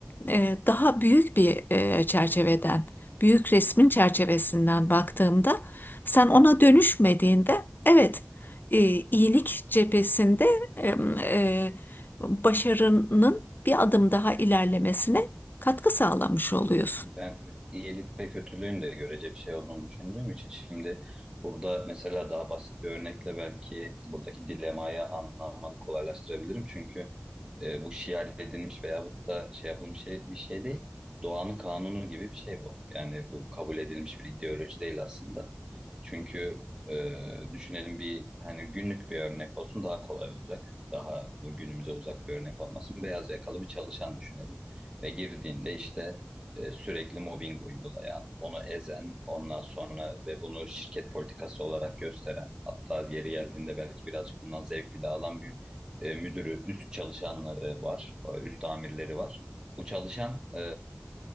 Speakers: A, on the left; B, on the right.
A: e, daha büyük bir e, çerçeveden, büyük resmin çerçevesinden baktığımda sen ona dönüşmediğinde evet e, iyilik cephesinde e, e, başarının bir adım daha ilerlemesine katkı sağlamış oluyorsun.
B: Ben iyilik ve kötülüğün de görece bir şey olduğunu düşündüğüm için şimdi burada mesela daha basit bir örnekle belki buradaki dilemayı anlamanı kolaylaştırabilirim. Çünkü e, bu şiar edilmiş veyahut da şey yapılmış şey, bir şey değil. Doğanın kanunu gibi bir şey bu. Yani bu kabul edilmiş bir ideoloji değil aslında. Çünkü e, düşünelim bir hani günlük bir örnek olsun daha kolay olacak. Daha bu günümüze uzak bir örnek olmasın. Beyaz yakalı bir çalışan düşünelim ve girdiğinde işte e, sürekli mobbing uygulayan, onu ezen, ondan sonra ve bunu şirket politikası olarak gösteren, hatta yeri geldiğinde belki birazcık bundan zevk bile alan bir e, müdürü, üst çalışanları var, e, üst amirleri var. Bu çalışan e,